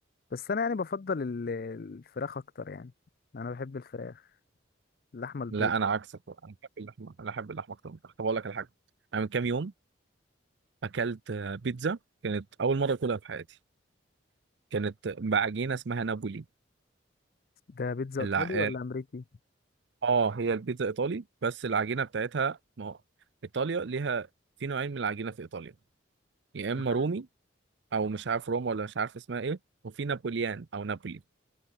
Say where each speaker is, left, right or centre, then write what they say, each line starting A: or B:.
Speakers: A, on the left; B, on the right.
A: بس انا يعني بفضل ال- الفراخ اكتر يعني انا بحب الفراخ اللحمة البيض
B: لا انا عكسك بقى. انا بحب اللحمه انا بحب اللحمه اكتر من الفراخ طب اقول لك على حاجه انا من كام يوم اكلت آه، بيتزا كانت اول مره اكلها في حياتي كانت بعجينه اسمها نابولي
A: ده بيتزا
B: الع...
A: ايطالي ولا
B: اه
A: امريكي
B: آه، هي البيتزا ايطالي بس العجينه بتاعتها ما هو ايطاليا ليها في نوعين من العجينه في ايطاليا يا
A: تمام
B: اما رومي او مش عارف روما ولا مش عارف اسمها ايه وفي نابوليان او نابولي